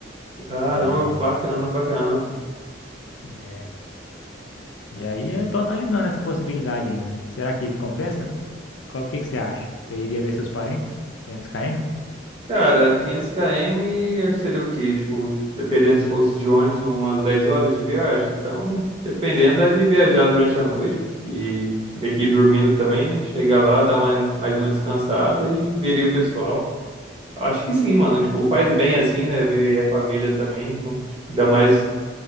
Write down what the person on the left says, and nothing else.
E,
é, e aí eu tô analisando essa possibilidade ainda. Será que compensa? Qual, o que que você acha? Você iria ver seus parentes? 500 km?